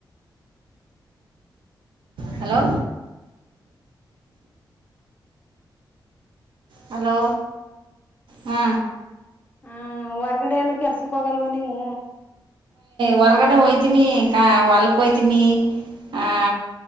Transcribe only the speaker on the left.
ಹ ಹೊರ್ಗಡೆ ಎಲ್ಲೂ ಕೆಲ್ಸಕ್ ಹೋಗಲ್ವ ನೀವು
ಹ್ಮ್